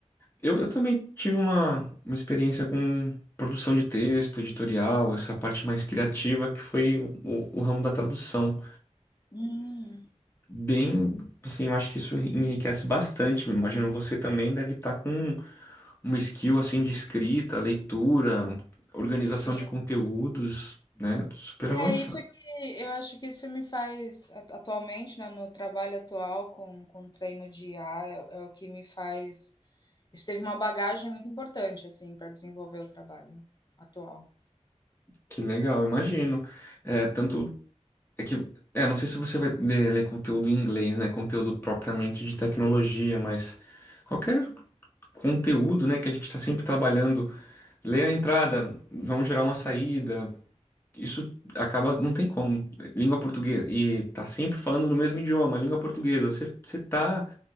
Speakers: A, on the left (about 20°); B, on the left (about 35°).
A: eu, eu também tive uma, uma experiência com produção de texto, editorial, essa parte mais criativa, que foi o, o ramo da tradução.
B: Hum,
A: Bem, assim, eu acho que isso enriquece bastante. Imagino você também deve estar com uma skill, assim, de escrita, leitura, organização
B: sim.
A: de conteúdos, né? Super avançado
B: É isso que eu acho que isso me faz a- atualmente, né, no trabalho atual com, com treino de IA, é, é o que me faz. Isso teve uma bagagem muito importante, assim, para desenvolver o trabalho atual.
A: Que legal, imagino. É, tanto é que, é, não sei se você vai ler, ler conteúdo em inglês, né? Conteúdo propriamente de tecnologia, mas qualquer conteúdo, né, que a gente está sempre trabalhando, lê a entrada, vão gerar uma saída. Isso acaba, não tem como. Língua portuguesa, e tá sempre falando no mesmo idioma, língua portuguesa. Você, você tá